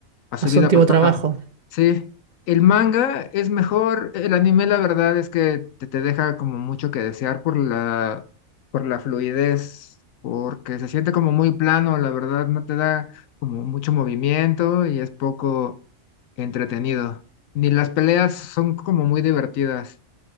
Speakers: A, on the left; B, on the right.
A: a su
B: A su
A: vida
B: antiguo
A: pasada.
B: trabajo.
A: Sí, el manga es mejor, el anime la verdad es que te, te deja como mucho que desear por la, por la fluidez, porque se siente como muy plano, la verdad no te da como mucho movimiento y es poco entretenido. Ni las peleas son como muy divertidas.